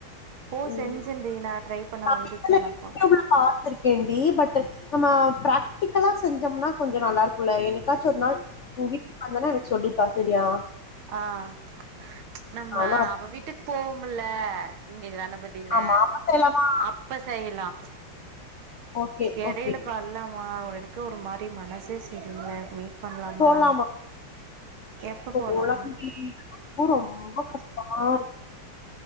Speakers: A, on the right (about 85°); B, on the left (about 65°).
A: ஓ
B: ம்.
A: செஞ்சே டி நா ட்ரை பண்ண
B: நான்
A: வந்துச்சு
B: இதுல
A: எனக்கு
B: யூடியூப்ல பார்த்திருக்கேன்டி பட் நம்ம பிராக்டிக்கலா செஞ்சோம்னா கொஞ்சோ நல்லா இருக்கும்ல்ல என்னிக்கா சொன்னால் பூவி வந்தானா எனக்கு சொல்லித்தா செரியா
A: ஆஹ் நம்ம
B: நானும்
A: அவ வீட்டுக் போ ம்முள்ள இங்கதான பதில
B: ஆமா. அப்பத்தெல்லாமா
A: அப்ப செய்யிலா
B: ஓகே,
A: எடையில
B: ஓகே.
A: <unintelligible> எனக் க்கு ஒரு மாரி மனசே செரில மீட் பண்லாமா
B: போலாமா
A: எப்ப
B: போலாண்டி
A: போலா
B: எனக்கு ரொம்ப கஷ்டமா இருக்